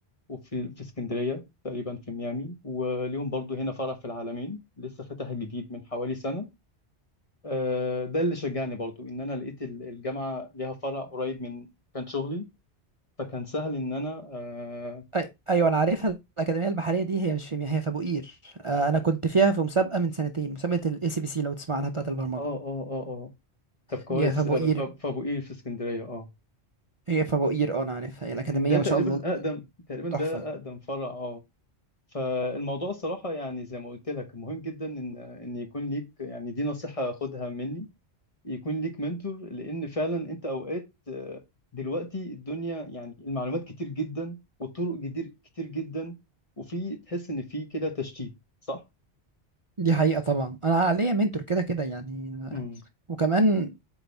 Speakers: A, on the left (about 30°); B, on the right (about 35°).
A: وفي في اسكندرية تقريبا في ميامي وليهم برضو هنا فرع في العالمين لسه فتح جديد من حوالي سنة آه، ده اللي شجعني برضو إن أنا لقيت ال- الجامعة ليها فرع قريب من كان شغلي فكان سهل ان انا آه
B: أي... ايوه انا عارفها الاكاديميه البحريه دي هي مش في مياه هي في ابو قير آه انا كنت فيها في مسابقه من سنتين مسابقه الاي سي بي سي لو تسمع عنها بتاعه البرمجه
A: اه اه اه اه طب كويس
B: هي في ابو
A: آه،
B: قير
A: ف- فابو قير في اسكندريه اه
B: هي في ابو قير اه انا عارفها هي الاكاديميه
A: ده تقريبا
B: ما شاء الله
A: اقدم تقريبا ده
B: تحفه
A: اقدم فرع اه فالموضوع الصراحه يعني زي ما قلت لك مهم جدا ان ان يكون ليك يعني دي نصيحه خدها مني يكون ليك منتور لان فعلا انت اوقات آه، دلوقتي الدنيا يعني المعلومات كتير جدا والطرق كتير كتير جدا وفي تحس ان في كده تشتيت صح؟
B: دي حقيقة طبعا أنا ليا منتور كده كده يعني
A: امم
B: وكمان